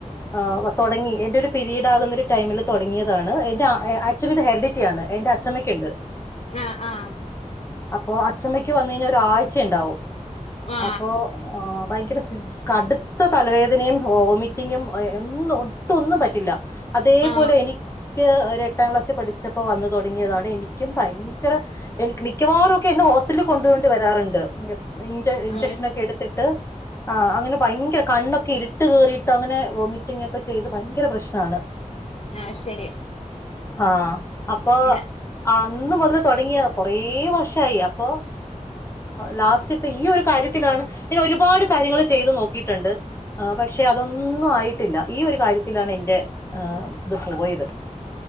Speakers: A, on the left (about 20°); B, on the left (about 50°).
A: ആ തുടങ്ങി എന്റെ ഒരു പിരീഡ് ആകുന്ന ഒരു ടൈമിൽ തുടങ്ങിയതാണ് എന്റെ ആക്ച്വലി ഇത് ഹെറിഡിറ്റിയാണ് എന്റെ അച്ഛമ്മയ്ക്കുണ്ട്
B: ആഹ ആഹ
A: അപ്പൊ അച്ഛമ്മക്ക് വന്ന് കഴിഞ്ഞാൽ ഒരാഴ്ച ഉണ്ടാവും
B: ആ
A: അപ്പൊ ഇ കടുത്ത തലവേദനയും വൊമിറ്റിങ്ങും ഒും ഒട്ടൊന്നും ഒന്നും പറ്റില്ല അതേപോലെ
B: ആ
A: എനിക്ക് ഒരു എട്ടാം ക്ലാസ്സിൽ പഠിച്ചപ്പോ വന്ന് തുടങ്ങിയതാണ് എനിക്കും ഭയങ്കര എനിക്ക് മിക്കവാറും എന്നെ ഹോസ്പിറ്റലിൽ കൊണ്ടോണ്ട വരാറുണ്ട് ഇൻജെക്ഷനൊക്കെ
B: ആ
A: എടുത്തിട്ട് ആ അങ്ങനെ ഭയങ്കര കണ്ണൊക്കെ ഇരിട്ട് കേറിയിട്ട് അങ്ങനെ വോമിറ്റിംഗ ഒക്കെ ചെയ്ത് ഭയങ്കര പ്രശ്നമാണ്
B: ആ ശരി
A: ആഹ അപ്പൊ
B: നമ്മളെ
A: അന്ന് മുതൽ തുടങ്ങിയ കുറേ വർഷം ആയി അപ്പ ലാസ്റ്റ് ഈ കാര്യ ത്തിലാണ് ഇങ്ങെ ഒരുപാട് കാര്യങ്ങൾ ചെയ്ത് നോക്കിയിട്ടുണ്ട് പക്ഷെ അതൊന്നും ആയിട്ടില്ല ഈ ഒരു കാര്യത്തിലാണ് എന്റെ ആ ഇത് പോയത്